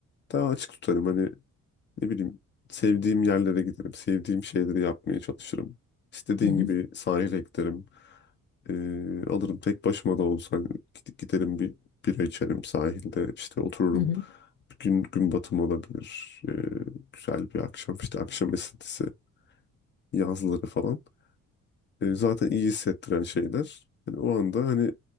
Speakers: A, on the left; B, on the left.
A: Daha açık tutarım hani ne bileyim sevdiğim yerlere giderim, sevdiğim şeyleri yapmaya çalışırım. İstediğin
B: hı hı
A: gibi sahile giderim. Eee, alırım tek başıma da olsa hani gid- giderim bir bira içerim sahilde işte otururum.
B: hı hı.
A: Bir gün gün batımı olabilir. Eee, güzel bir akşam işte akşam esintisi yazları falan. E, zaten iyi hissettiren şeyler. Hani o anda hani